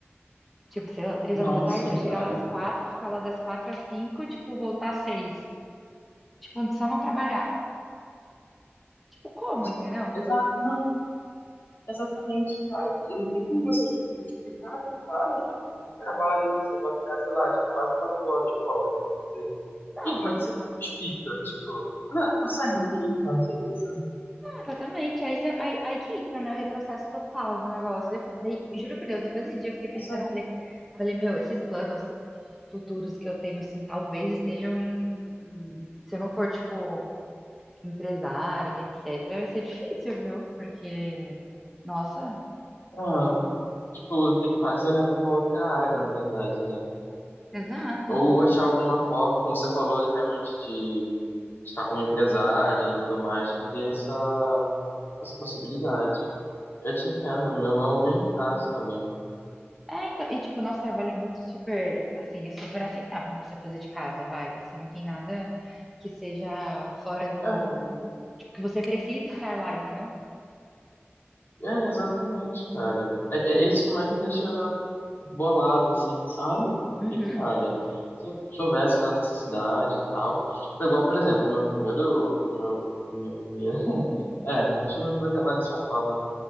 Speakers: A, in the centre; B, on the left (about 50°).
A: tipo, sei lá, três
B: Nossa,
A: horas da tarde para chegar
B: cara.
A: lá às quatro, ficar lá das quatro às cinco, tipo, voltar às seis. Tipo, só não trabalhar. Tipo, como,
B: E, tipo,
A: entendeu?
B: exato, não, exatamente, cara. E não tem como você tipo, justificar, sabe? Tipo, não trabalha isso, você vai ficar, sei lá, tipo, quase quatro horas fora, vamos dizer.
A: Não,
B: E como
A: mas
B: é que você explica? Tipo, ah, tô saindo aqui, então, não sei o que, sabe?
A: Exatamente, aí, cê- aí, aí que entra, né, o retrocesso total do negócio. Eu fi- daí, juro por Deus, depois desse dia eu fiquei pensando,
B: Exato.
A: eu falei, falei, meu, esses planos futuros que eu tenho, assim, talvez estejam em, se eu não for, tipo, empresária, etc., vai ser difícil, viu? Porque, nossa,
B: Ah, tipo, ter que quase olhar pra uma outra área, na verdade, né?
A: exato.
B: Ou achar alguma forma, como você falou, realmente, de estar como empresário e tudo mais, que dê essa, essa possibilidade. Eu te entendo, é o meu, meu mesmo caso também.
A: É, então, e, tipo, o nosso trabalho é muito super, assim, é super aceitável você fazer de casa, vai, assim, não tem nada que seja fora do,
B: É,
A: tipo, que você precisa estar lá, entendeu?
B: é exatamente, cara. É, é isso que mais me deixa bolado, assim, sabe? Porque,
A: Uhum.
B: cara, se eu tivesse aquela necessidade e tal. Foi igual, por exemplo, o meu primeiro. O meu, o meu primeiro. <laughs> É, acho que o meu primeiro trabalho em São Paulo, né?